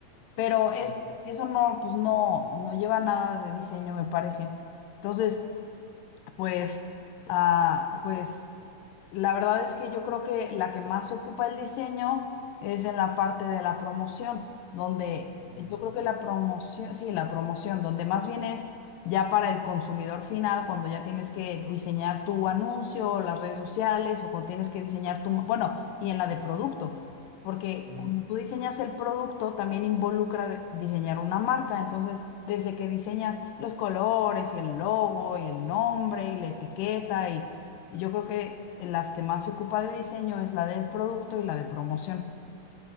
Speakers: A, on the left (about 85°); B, in the centre.
A: pero es,
B: O-
A: eso no, pues no, no lleva nada de diseño, me parece. Entonces, pues, ah, pues la verdad es que yo creo que la que más se ocupa el diseño es en la parte de la promoción, donde
B: mm,
A: yo creo que la promoción, sí, la promoción, donde más bien es ya para el consumidor final, cuando ya tienes que diseñar tu anuncio, o las redes sociales, o cuando tienes que diseñar tu, bueno, y en la de producto. Porque
B: mm,
A: cuando tú diseñas el producto, también involucra de- diseñar una marca. Entonces, desde que diseñas los colores y el logo y el nombre y la etiqueta, y, y yo creo que en las que más se ocupa de diseño es la del producto y la de promoción.